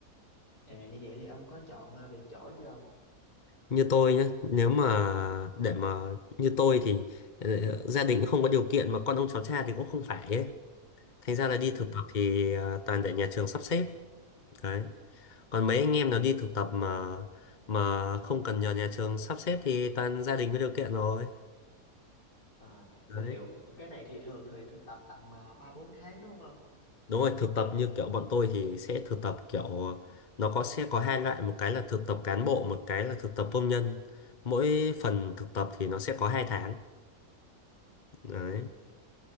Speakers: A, on the left; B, on the left.
A: à, như vậy thì ông có chọn ờ, được chỗ chưa ông?
B: như tôi nhé nếu mà để mà như tôi thì ờ, gia đình cũng không có điều kiện mà con ông cháu cha thì cũng không phải ấy thành ra là đi
A: Ừ.
B: thực tập thì ờ, toàn để nhà trường sắp xếp đấy còn mấy anh em nào đi thực tập mà mà không cần nhờ nhà trường sắp xếp thì toàn gia đình có điều kiện rồi
A: À,
B: đấy
A: tôi hiểu. Cái này thì thường thì thực tập tầm à, ba bốn tháng đúng không ông?
B: đúng rồi thực tập như kiểu bọn tôi thì sẽ thực tập kiểu nó có sẽ có hai loại một cái là thực tập cán bộ một cái là thực tập công nhân mỗi phần thực tập thì nó sẽ có hai tháng đấy
A: À,